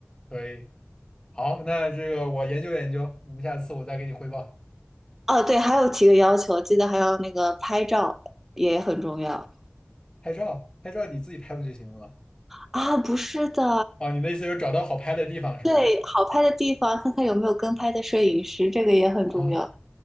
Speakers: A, on the left; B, in the centre.
A: 可以。好，那这个我研究研究，我们下次我再给你汇报。
B: 哦，对，还有提个要求，记得还要那个拍照也很重要。
A: 拍照，拍照你自己拍不就行了吗？
B: 啊，不是的，
A: 哦，你的意思就是找到好拍的地方是吗？
B: 对，好拍的地方，看看有没有跟拍的摄影师，这个也很重要。
A: 啊。